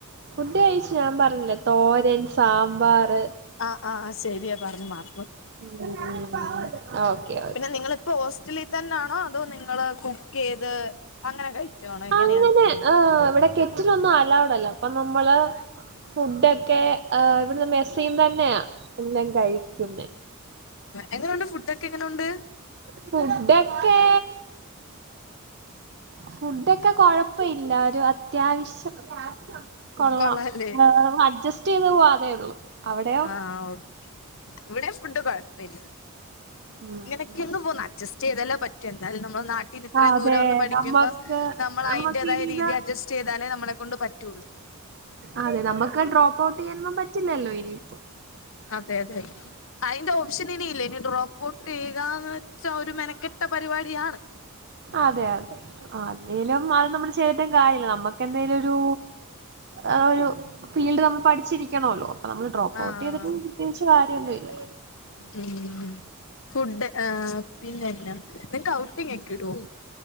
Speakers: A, on the right; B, on the left.
A: ഫുഡ് കഴിച്ചു. ഞാൻ പറഞ്ഞില്ലേ തോരൻ സാമ്പാറ്.
B: ആഹ് ആഹ് ശരിയാ പറഞ്ഞു മറ
A: ഉം. ഓക്കെ ഓക്കെ.
B: പിന്നെ നിങ്ങളിപ്പോ ഹോസ്റ്റലിൽ തന്നാണോ, അതോ നിങ്ങള് കുക്ക് ചെയ്ത് അങ്ങനെ കഴിക്കുവാണോ? എങ്ങനെയാ,
A: അങ്ങനെ ആഹ് ഇവിടെ കെറ്റിലൊന്നും അലൗഡ് അല്ല. അപ്പൊ നമ്മള്, ഫുഡ് ഒക്കെ ആഹ് ഇവിടുന്ന് മെസ്സീന്ന് തന്നെയാ എല്ലാം കഴിക്കുന്നെ.
B: എങ്ങനെയുണ്ട് ഫുഡ് ഒക്കെ എങ്ങനെയുണ്ട്
A: ഫുഡൊക്കെ, ഫുഡൊക്കെ കൊഴപ്പം ഇല്ല ഒരു അത്യാവശ്യം കൊള്ളാം
B: കൊള്ളാല്ലേ
A: മ അഡ്ജസ്റ്റ് ചെയ്ത് പോവാന്നെ ഉള്ളു. അവിടെയോ?
B: ആഹ് ഓക്കെ ഇവിടെയും ഫുഡ് കൊഴപ്പില്ല
A: ഉം,
B: ഇങ്ങനെ <unintelligible>
A: ഉം.
B: അഡ്ജസ്റ്റ് ചെയതല്ലേ പറ്റൂ എന്തായാലും നമ്മടെ നാ പിന്നെ ഇത്രയും
A: അതെ
B: ദൂരം വന്ന് പഠിക്കുമ്പം,
A: നമ്മക്ക്
B: നമ്മള്
A: നമ്മക്ക്
B: അയിന്റേതായ
A: ഇനി
B: രീതി
A: ഇത്
B: അഡ്ജസ്റ്റ് ചെയ്താലേ നമ്മളെ കൊണ്ട് പറ്റുള്ളൂ.
A: ആന്നെ നമുക്ക് ഡ്രോപ്പ് ഔട്ട് ചെയ്യാനൊന്നും പറ്റില്ലല്ലോ ഇനിയിപ്പോ.
B: അതെ അതെ അതെ അയിന്റെ ഓപ്ഷൻ ഇനിയില്ലേ ഇനി ഡ്രോപ്പ് ട്ട്‌ ചെയ്യാന്ന് വെച്ചാ ഒരു മെനക്കെട്ട പരിപാടിയാണ്
A: അതെ അതെ. അല്ലേലും അത് നമ്മള് ചെയ്തിട്ടും കാര്യമില്ല. നമ്മുക്ക് എന്തെലും ഒരു ആഹ് ഒരു ഫീൽഡ് നമ്മൾ പഠിച്ചിരി ക്കണല്ലോ. അപ്പൊ നമ്മള് ഡ്രോപ്പ്
B: ആഹ്
A: ഔട്ട് ചെയ്തിട്ട് പ്രത്യേകിച്ച് കാര്യമൊന്നുമില്ല.
B: ഉം ഫുഡ്. ആ പിന്നെന്നാ നിങ്ങക്ക് ഔട്ടിങ് ഒക്കെ ഇടുവോ?